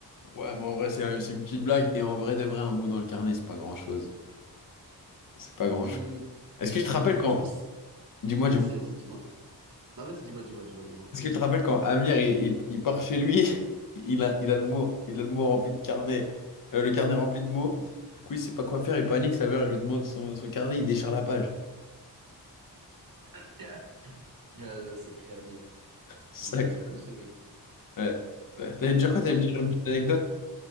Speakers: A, on the left; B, on the right.
A: Ouais, mais en vrai, c'est un- c'est une petite blague, et en vrai de vrai, un mot dans le carnet, c'est pas grand-chose. C'est pas grand-chose.
B: Hum,
A: Est-ce que je te rappelle
B: moi, franchement,
A: quand,
B: c'est-
A: Dis-moi,
B: vas-y,
A: dis-moi.
B: vas-y, dis-moi. Non, vas-y, dis-moi, dis-moi, dis-moi, dis-moi.
A: Est-ce que tu te rappelles quand Amir il, il- il part chez lui, <laughs> il a, il a le mot, il a le mot rempli de carnet, euh, le carnet rempli de mots. Du coup, il sait pas quoi faire, il panique, sa mère elle lui demande son, son carnet, il déchire la page.
B: <laughs> Il y a le sacré Amir.
A: C'est
B: Il est fou, ce mec.
A: Ouais. Ouais. T'allais me dire quoi? T'allais
B: Moi,
A: me
B: j'-
A: dire
B: moi,
A: une petite anecdote?